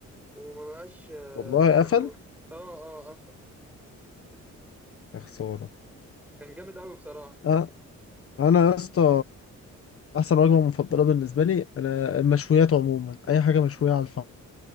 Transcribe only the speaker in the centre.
وما بقاش آه،
موجود
اه اه افهم
كان جامد قوي بصراحه